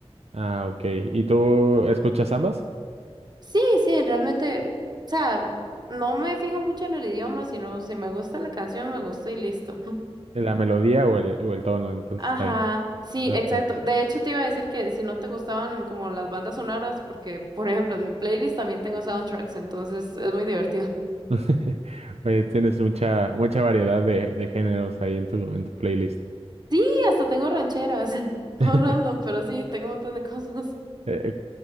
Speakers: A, on the right (about 75°); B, on the right (about 40°).
A: Ah, ok. ¿Y tú escuchas ambas?
B: Sí, sí, realmente, o sea, no me fijo mucho en el idioma, sino si me gusta la canción, me gustó y listo. <laughs>
A: ¿La melodía o el, o el tono? Entonces
B: Ajá,
A: está bien.
B: sí,
A: Ok.
B: exacto. De hecho, te iba a decir que si no te gustaban como las bandas sonoras, porque, por ejemplo, en mi playlist también tengo soundtracks, entonces es muy divertido. <laughs>
A: <laughs> Oye, tienes mucha, mucha variedad de, de géneros ahí en tu, en tu playlist.
B: Sí, hasta tengo rancheras, <laughs> todo
A: <laughs>
B: random, pero sí, tengo un montón de <laughs> cosas.
A: Eh,